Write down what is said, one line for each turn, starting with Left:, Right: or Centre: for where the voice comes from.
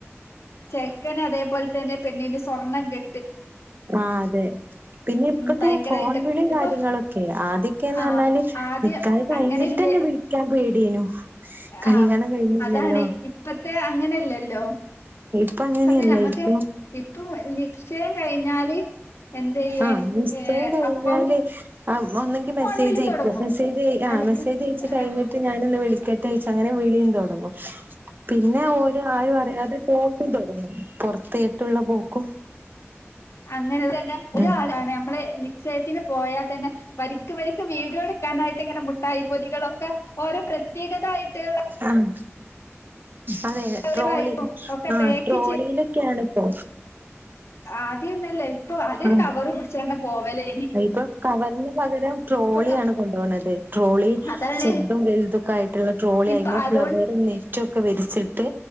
Left: ചെക്കെന് അതേപോല് തെന്നെ പെണ്ണിന് സ്വർണ്ണം കെ
Right: ആഹ് അതെ പിന്നെ
Left: ഉം
Right: ഇപ്പത്തെഈ
Left: ഭയങ്കരായിട്ട്
Right: ഫോൺ വിളി
Left: ഇപ്പൊ
Right: കാര്യങ്ങളൊക്കെ ആദ്യ ക്കെന്ന്
Left: ആഹ്
Right: പർഞ്ഞാല്
Left: ആദ്യം
Right: നിക്കാഹ് കഴിഞ്ട്ടെന്നെ
Left: അങ്ങനെല്ലേ
Right: വിളിക്കാൻ പേടിയെനു കല്ല്യാണം
Left: ആഹ്
Right: കഴിഞ്ഞീല്ലല്ലോ.
Left: അതാണ് ഇപ്പത്തെ അങ്ങനെഅല്ലല്ലോ
Right: ഇപ്പൊ അങ്ങനെയല്ല.
Left: ഇപ്പത്തെ നമ്മക്ക്
Right: ഇപ്പൊ
Left: ഇപ്പം നിശ്ചയം കഴിഞ്ഞാല് എന്ത് ചെയ്യും
Right: ആഹ് നിശ്ചയം
Left: ഏഹ്
Right: കഴിഞ്ഞാല്
Left: അപ്പം
Right: ആഹ് ഉമ്മ ഒന്നെങ്കി
Left: ഫോൺ
Right: മെസ്സേജ്
Left: വിളി
Right: അയക്കും
Left: തൊടങ്ങും
Right: മെസ്സ് മെസ്സേജ് ആ
Left: അല്ലെങ്കിൽ
Right: മസ്സേജ്ച്ച് കഴിഞ്ഞിട്ട്
Left: ആഹ്
Right: ഞാനൊന്ന് വിളിക്കട്ടെ ഓയ്ച്ച് അങ്ങനെ വിളി തൊട്ങ്ങും പിന്നെ ഓര് ആരും അറിയാതെ പോക്കും തൊട്ങ്ങും പൊർത്തേട്ടുള്ള പോക്കും
Left: അങ്ങെനെ തന്നെ ഒരാളാണ്
Right: ഉം
Left: ഞമ്മള് നിശ്ചയത്തിന് പോയാൽ തന്നെ വരിക്ക് വരിക്ക് വീടിയോട് എടുക്കാനായിട്ട് ഇങ്ങെനെ മുട്ടായിപൊതികളൊക്കെ ഓരോ പ്രത്യേകതായിട്ട്
Right: ആഹ് അതെ
Left: കവറുകളായിട്ടും
Right: ട്രോളി
Left: ഒക്കെ
Right: ആഹ്
Left: പാക്ക്
Right: ട്രോളിയിലൊക്കെയാണിപ്പോ
Left: ആദ്യന്നുല്ല ഇപ്പൊ ആദ്യ ഒര്
Right: ആഹ്
Left: കവറ് പിടിച്ചോണ്ട് പോവെലെ
Right: ഇപ്പൊ കവറിന് പകരം ട്രോളിയാണ്
Left: ക
Right: കൊണ്ടോവ്ണത് ട്രോളി
Left: അതാണ്
Right: ചെർതും വെൽതൊക്കായിട്ട് ട്ട്ള്ള ട്രോളി
Left: ഇപ്പൊ
Right: ആയ്മ
Left: അതോണ്ട്
Right: ഫ്ലെവറും നെറ്റും ഒക്കെ വെൽച്ചിട്ട്